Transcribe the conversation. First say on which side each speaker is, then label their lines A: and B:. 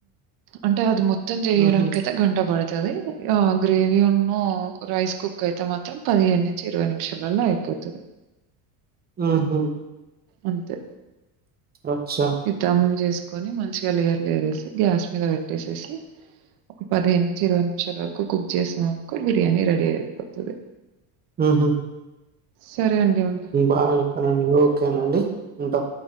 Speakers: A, on the right; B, on the right.
A: అంటే అది మొత్తం చేయడానికి
B: ఉహు
A: అయితే గంట పడుతుది ఆ గ్రేవీ ఉన్ను రైస్ కుక్ అయితే మాత్రం పదిహేను నుంచి ఇరవై నిమిషాలలో అయిపోతుది
B: ఉహు
A: అంతే
B: అచ్చా
A: ఇది దమ్ చేసుకొని మంచిగా లేయర్ లేయర్ వస్తది గ్యాస్ మీద పెట్ ట్టేసేసి ఒక పదిహేను ఇరవై నిమిషాల వరకు కుక్ చేసాం అనుకో బిర్యానీ రెడీ అయిపోతది
B: ఉహు
A: సరే అండి. ఉంటా.
B: బాగా చెప్పారండి ఓకేనండి ఉంటాం